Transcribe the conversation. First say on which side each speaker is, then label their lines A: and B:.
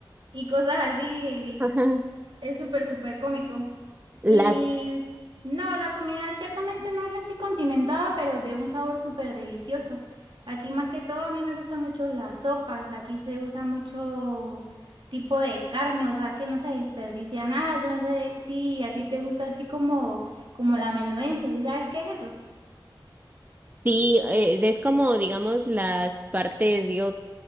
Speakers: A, on the right; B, on the right.
A: y cosas así.
B: Ajá.
A: Es súper, súper cómico.
B: La
A: Y no, la comida ciertamente no es así condimentada, pero de un sabor súper delicioso. Aquí más que todo a mí me gustan mucho las sopas. Aquí se usa mucho tipo de carne, o sea que no se desperdicia nada. Yo no sé si a ti te gusta así como, como la menudencia, ¿sí sabes qué es eso?
B: Sí, eh, es como, digamos, las partes, digo,